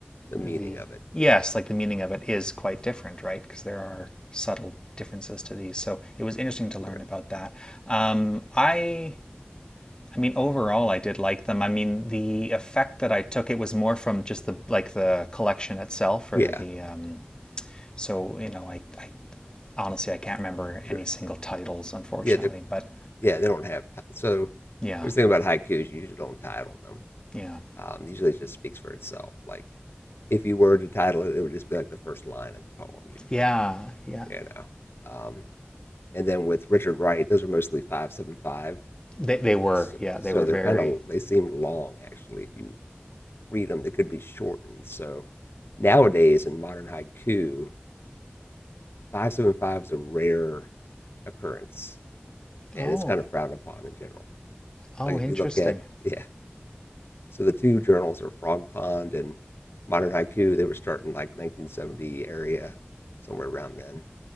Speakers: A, on the left; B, on the left.
A: The meaning
B: the
A: of it.
B: yes,
A: Yeah.
B: like the meaning of it is quite different, right? Because there are subtle differences to these. So it was interesting to learn
A: Right.
B: about that. Um, I I mean, overall, I did like them. I mean, the effect that I took it was more from just the like the collection itself, or
A: Yeah.
B: the um, so you know, I, I honestly I can't remember
A: Sure.
B: any single titles, unfortunately.
A: Yeah. The
B: But
A: yeah, they don't have ti- so.
B: yeah,
A: There's the thing about haikus; you usually don't title them.
B: yeah,
A: Um, usually, it just speaks for itself. Like, if you were to title it, it would just be like the first line of the poem, usually.
B: Yeah, yeah.
A: You know, um, and then with Richard Wright, those are mostly five seven five,
B: They they were,
A: so,
B: yeah, they
A: so
B: were
A: they're
B: very.
A: kind of they seem long actually. If you read them, they could be shortened. So nowadays in modern haiku, five seven five is a rare occurrence, and
B: Oh,
A: it's kind of frowned upon in general.
B: oh,
A: Like if
B: interesting,
A: you look at yeah, So the two journals are Frog Pond and Modern Haiku. They were starting like 1970 area, somewhere around then.